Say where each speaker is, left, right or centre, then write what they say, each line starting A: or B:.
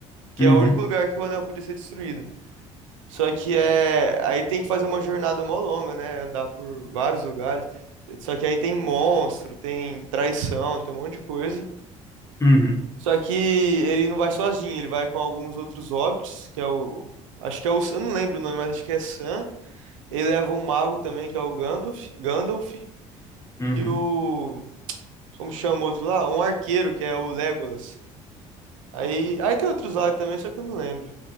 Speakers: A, on the right; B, on the left.
A: que
B: Uhum.
A: é o único lugar que o anel podia ser destruído. Só que é. Aí tem que fazer uma jornada mó longa, né? Andar por vários lugares. Só que aí tem monstro, tem traição, tem um monte de coisa.
B: Uhum.
A: Só que ele não vai sozinho, ele vai com alguns outros hobbits, que é o. Acho que é o. Eu não lembro o nome, mas acho que é Sam. Ele leva um mago também, que é o Gandalf. Gandalf.
B: Uhum.
A: E o. Como chama o outro lá? Um arqueiro, que é o Legolas. Aí, aí tem outros lá também, só que eu não lembro.